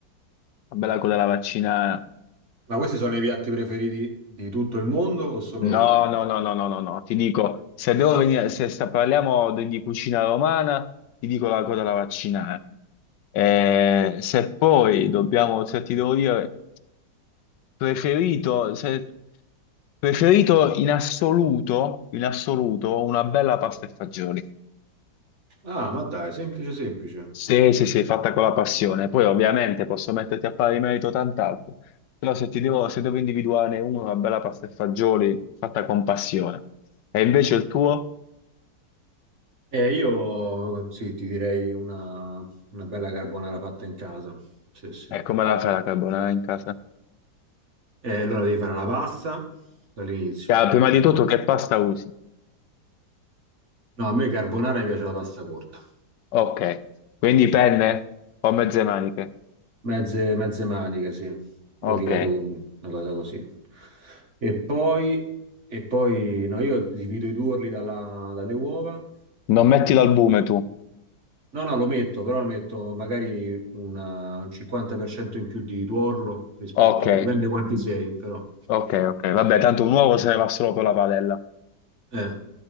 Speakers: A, on the left; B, on the right.
A: Bella quella la vaccina.
B: Ma questi sono i piatti preferiti di tutto il mondo o solo
A: No,
B: romani?
A: no, no, no, no, no, no, ti dico, se devo venire, se sta- parliamo di, di cucina romana, ti dico la coda alla vaccinare. Eh, se poi dobbiamo, se ti devo dire, preferito, se- preferito in assoluto, in assoluto, una bella pasta e fagioli.
B: Ah, ma dai, semplice, semplice.
A: Sì, sì, sì, fatta con la passione. Poi ovviamente posso metterti a pari merito tant'altro, però se ti devo, se devo individuarne uno, una bella pasta e fagioli fatta con passione. E invece il tuo?
B: Eh, io sì, ti direi una, una bella carbonara fatta in casa. Sì, sì.
A: E come la fai la carbonara in casa?
B: E allora devi fare la pasta dall'inizio.
A: Ah, prima di tutto che pasta usi?
B: No, a me carbonara mi piace la pasta corta,
A: Ok, quindi penne o mezze maniche?
B: mezze, mezze maniche, sì, o
A: Ok,
B: rigatoni, una cosa così. E poi, e poi no, io divido i tuorli dalla- dalle uova.
A: non metti l'albume tu?
B: No, no, lo metto, però lo metto magari una- un 50% in più di tuorlo rispetto,
A: Ok,
B: dipende quanti sei, però.
A: ok, ok. Vabbè, tanto un uovo se ne va solo per la padella.
B: Eh.